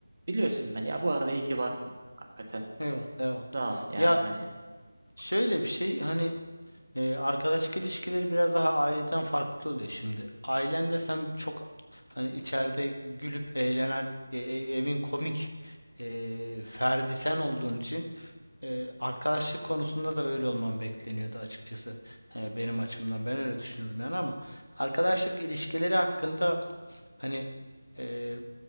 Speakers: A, on the right; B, on the left.
A: Biliyorsun beni ya bu arada iyi ki varsın hakikaten.
B: Eyvallah, eyvallah.
A: Sağ ol. Yani
B: Ya
A: hani
B: şöyle bir şey hani Ee, arkadaşlık ilişkileri biraz daha aileden farklı oluyor şimdi. Ailende sen çok hani içeride gülüp eğlenen e, e, evin komik e, ferdi sen olduğun için e, arkadaşlık konusunda da öyle olman bekleniyordu açıkçası. E, benim açımdan ben öyle düşünüyordum yani ama arkadaşlık ilişkileri hakkında hani e,